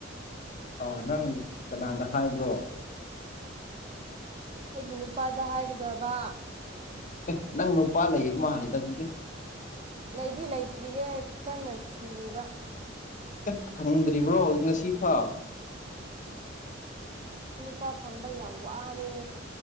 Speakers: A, on the left; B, on the right.
A: ꯑ ꯅꯪ ꯀꯅꯥꯗ ꯍꯥꯏꯕ꯭ꯔꯣ
B: ꯑꯩꯒꯤ ꯅꯨꯄꯥꯗ ꯍꯥꯏꯒꯗꯕ
A: ꯑꯦ ꯅꯪ ꯅꯨꯄꯥ ꯂꯩꯌꯦ ꯃꯥꯜꯜꯂꯤꯗ ꯑꯗꯨꯗꯤ
B: ꯂꯩꯗꯤ ꯂꯩꯇ꯭ꯔꯤꯌꯦ ꯀꯟꯅ ꯊꯤꯔꯤꯕ
A: ꯍꯦꯛ ꯐꯪꯗ꯭ꯔꯤꯕ꯭ꯔꯣ ꯍꯧꯖꯤꯛ ꯉꯁꯤ ꯐꯥꯎ
B: ꯏꯄꯥ ꯐꯪꯕ ꯌꯥꯝ ꯋꯥꯔꯦ